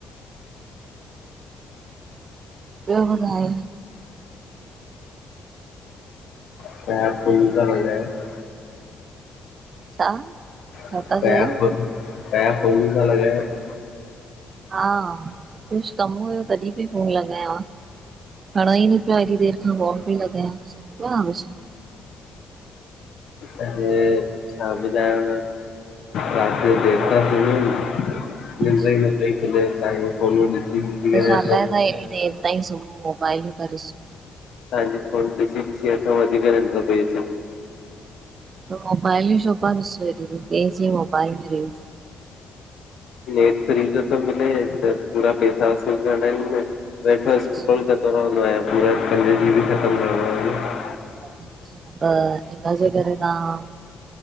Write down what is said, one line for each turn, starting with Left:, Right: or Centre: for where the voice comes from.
Right: ॿियो ॿुधायो?
Left: <unintelligible>
Right: छा? छा
Left: <unintelligible>
Right: था चयो हा कुछ कम हुयो, तॾहिं पयी फोन लॻायां। खणो ही नपया हेॾी देर खां फोन पयी लॻाया, सुम पया हो छा?
Left: अरे छा बुधायाव रात जो देर सां सुमियो निन्ड्
Right: अच्छा
Left: ही न पई खुले साई फोन ॾिसी ॾिसी
Right: त
Left: करे
Right: छा
Left: असां
Right: लाए तवा हेएॾी देर ताईं सुबुह मोबाइलूं था ॾिसो?
Left: तव्हांजी फोन ॾिसी ॾिसी असां वधीक निंड्र पई अचे।
Right: मोबाइल्यू छो पया ॾिसो के चयइ मोबाइल र?
Left: नेट फ्री जो त मिले त पूरा पैस सा वसूल वठो
Right: अच्छा
Left: स्क्रोल कंदो रहंदो आया। पूरा पंज जीबी ख़तम करिणो हु
Right: अच्छा त हिनजे करे तव्हां